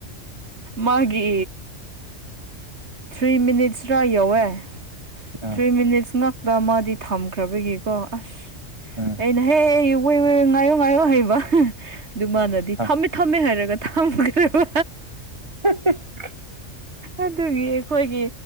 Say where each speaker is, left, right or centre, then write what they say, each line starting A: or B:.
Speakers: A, on the right (about 65°); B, on the right (about 25°).
A: ꯃꯥꯒꯤ ꯊ꯭ꯔꯤ ꯃꯤꯅꯤꯠ ꯔꯥ ꯌꯧꯋꯦ
B: ꯑꯥ
A: ꯊ꯭ꯔꯤ ꯃꯤꯅꯤꯠꯁ ꯉꯥꯛꯇ ꯃꯥꯗꯤ ꯊꯝꯈ꯭ꯔꯕꯒꯤꯀꯣ ꯑꯁ
B: ꯎꯝ
A: ꯑꯩꯅꯍꯦ ꯑꯩ ꯉꯥꯏꯌꯣ ꯉꯥꯏꯌꯣ ꯍꯩꯕ ꯑꯗꯨ ꯃꯥꯅꯗꯤ
B: ꯑꯥ
A: ꯊꯝꯃꯦ ꯊꯝꯃꯦ ꯍꯥꯏꯔꯒ ꯊꯝꯈ꯭ꯔꯦꯕ
B: ꯁꯨ <unintelligible>
A: ꯑꯗꯨꯒꯤ ꯑꯩꯈꯣꯏꯒꯤ